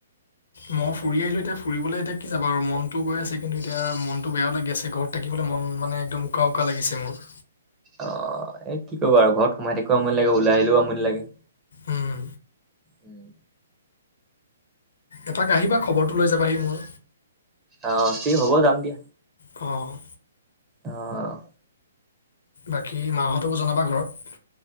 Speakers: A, on the left (about 65°); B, on the right (about 20°).
A: মই ফুৰি আহিলোঁ এতিয়া ফুৰিবলৈ এতিয়া কি যাবা আৰু মনতটো গৈ আছে, কিন্তু এতিয়া মনটো বেয়াও লাগি আছে ঘৰত। থাকিবলৈ মন মানে একদম উকা, উকা লাগিছে মোৰ।
B: অ', এই কি কৰিবা আৰু ঘৰত সোমাই থাকিবও আমনি লাগে ওলাই আহিলেও আমনি লাগে।
A: উম
B: উম।
A: এপাক আহিবা খবৰটো লৈ যাবাহি মোৰ।
B: অ', থিক হ'ব যাম দিয়া।
A: অ'।
B: অ'।
A: বাকী মাহঁতকো জনাবা ঘৰত,